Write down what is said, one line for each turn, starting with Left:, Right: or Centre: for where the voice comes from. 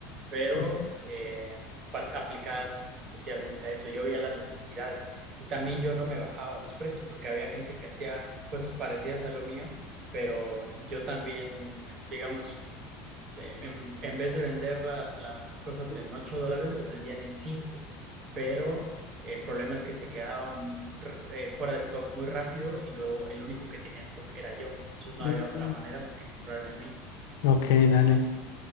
Right: pero
Left: Mm,
Right: eh, par- aplicadas especialmente a eso. Yo veía las necesidades y también yo no me bajaba los precios porque había gente que hacía cosas parecidas a lo mío, pero yo también, eh, digamos, eh, en, en vez de vender la- las cosas en 8 dólares, las vendían en cinco pero el problema es que se quedaron r- eh, fuera de stock muy rápido y luego el único que tenía stock era yo. Entonces no
Left: Mm,
Right: había otra manera más que comprarme a mí,
Left: ok, dale.